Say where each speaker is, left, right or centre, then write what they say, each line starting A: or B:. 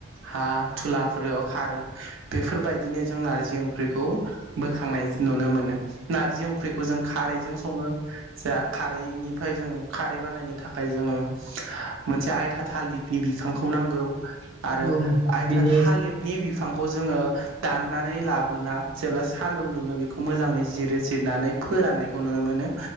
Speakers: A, on the right (about 75°); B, on the right (about 30°).
A: हा धुलाफोराव खारो बेफोरबायदिनो जों नारजि ओंख्रिखौ बोखांनाय नुनो मोनो नारजि ओंख्रिखौ जों खारैजों सङो जा खारैनिफ्राय जों खारै बानायनो थाखाय जोङो मोनसे आयथा थालिरनि बिफांखौ नांगौ। आरो
B: औ नोंथां
A: आयथा
B: बिनि
A: थालिरनि बिफांखौ जोङो दाननानै लाबना जेब्ला सानदुं दुङो बेखौ मोजाङै जिरो जिरनानै फोराननायखौ नुनो मोनो